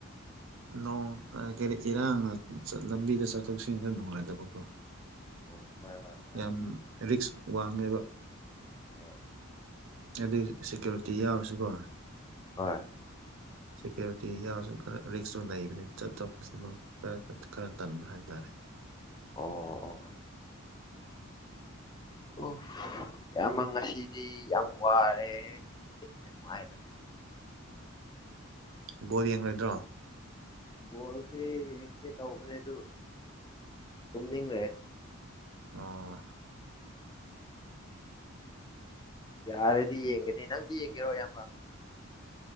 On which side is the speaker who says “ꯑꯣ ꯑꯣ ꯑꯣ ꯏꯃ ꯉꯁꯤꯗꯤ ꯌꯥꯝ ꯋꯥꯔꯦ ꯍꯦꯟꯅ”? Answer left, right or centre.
Left